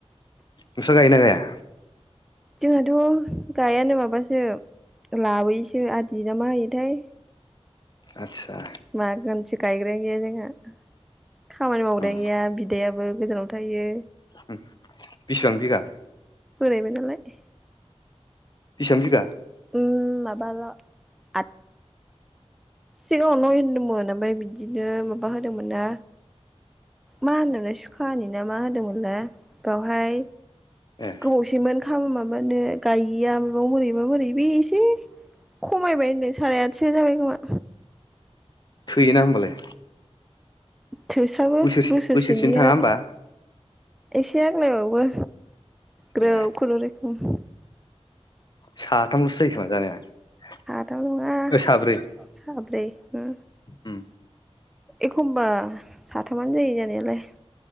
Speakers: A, on the left (about 40°); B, in the centre.
A: नोंसा गायोना गाया?
B: जोंहाथ' गायानो माबासो लाबोयोसो आदि ना मा होयोथाय।
A: आतसा।
B: माजोन गायग्रायानो गैया जोंहा। खामानि मावग्रायानो
A: उम
B: गैया बिदायाबो गोजानाव थायो।
A: उम बिसेबां बिघा।
B: ओरैनो दोनाय।
A: बिसेबां बिगा?
B: उम माबा ल आठ सिगाङाव नय होनदोंमोन ओमफ्राय बिदिनो माबा होदोंमोन ना मा होनोमलाय सुखा होनानि ना मा होदोंमोनल बावहाय
A: ए
B: गोबाव सैमोन । फां माबानो गायैया माबा बोरैबा बोरै बे एसे खमायबाय होनदों साराय आटसो जाबाय खोमा।
A: थैयोना होमबालाय।
B: थोसाबो
A: बोसोरसे
B: बोसोरसेनिया।
A: बोसोरसेनो थाङा होमबा
B: एसे आग्लाय बावो। ग्रोब
A: ए
B: खुनरै उम।
A: साथाम लसो जायोखोमा जानाया
B: थाम नङा
A: ओ साब्रै
B: साब्रै उम
A: उम
B: एखमबा साथामानो जायो जानायालाय ।